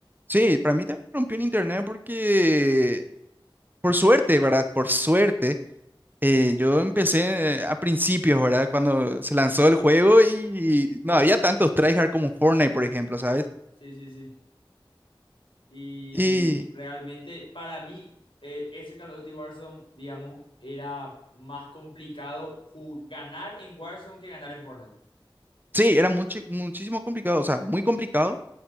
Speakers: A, on the right; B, on the left.
A: Sí, para mí también rompió el internet porque Por suerte, ¿verdad? Por suerte, eh, yo empecé a principios, ¿verdad? Cuando se lanzó el juego y no había tantos tryhard como Fortnite, por ejemplo, ¿sabes?
B: Sí, sí, sí. Y
A: Y
B: realmente para mí eh, ese Call of Duty Warzone, digamos, era más complicado ganar en Warzone que ganar en Fortnite.
A: sí, era mucho, muchísimo complicado, o sea, muy complicado.